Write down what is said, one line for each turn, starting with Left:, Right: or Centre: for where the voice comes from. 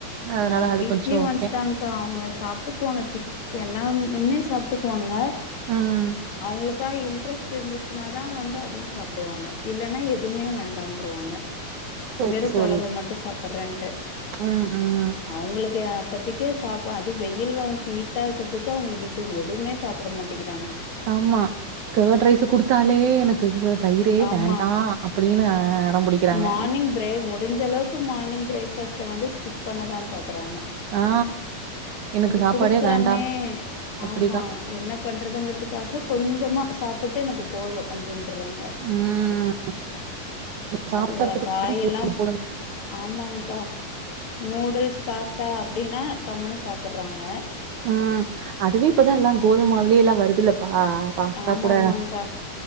Right: அதனால
Left: நாங்க
Right: அது
Left: வீக்லி
Right: கொஞ்சோ ஓகே
Left: ஒன்ஸ்தாங்க்கா அவுங்க சாப்ட்டுக்குவாங்க சிக் எல்லாம் ம்மே சாப்ட்டுக்குவாங்க
Right: ம்
Left: அவங்களுக்கா இன்ட்ரெஸ்ட் இருந்துச்சுன்னாதா வந் த்தா அதுவு சாப்டுவாங்க இல்லன்னா எதுவுமே வேண்டான்ட்ருவாங்க
Right: சரி
Left: வெறு
Right: சரி
Left: கொழம்பு மட்டு சாப் ரெண்ட்டு
Right: ம் ம்
Left: அவங்களுக்கு என்ன பத் த்துக்கே சாப் அது வெயில் வேற ஹீட்டா இருக்கிறதுக்கு அவங்களுக்கு இப்ப எதுவுமே சாப்பிட மாட்டேங்கிது
Right: ஆமா கர்ட் ரைஸு குடுத்தாலே எனக்கு இது தயிரே
Left: ஆமா
Right: வேண்டா அப்டின்னு அடம் புடிக்கிறாங்க
Left: மானிங் பிரேக் முடிஞ்ச அளவுக்கு மார்னிங் பிரேக்பாஸ்ட் வந்து ஸ்கிப் பண்ணதான் பாக் குடுக்குறாங்க
Right: ஆ எனக்கு
Left: அப்ப
Right: சாப்பாடே
Left: கொடுக்கறமே
Right: வேண்டா அப்டிதா
Left: ஆமா என்ன பண்றதுங்கறதுக்காக கொஞ்சமா சாப்பிட்டு எனக்கு போதும் அப்படின்றாங்க
Right: ம் சாப்ட
Left: அது
Right: வைக்கிறதுக்கு
Left: காய
Right: போது
Left: எல்லாம்
Right: போது
Left: ஆமாகங்கா நூடுல்ஸ் பாஸ்தா தா அப்படின்னா கம்மனு சாப்புடுறாங்க
Right: உஹம் அதுவே இப்பதான் எல்லாம் கோதுமவுலயே எல்லாம் வருதுல்லப்பா பாஸ்தா
Left: ஆமா
Right: கூட
Left: ஆமாங்க்கா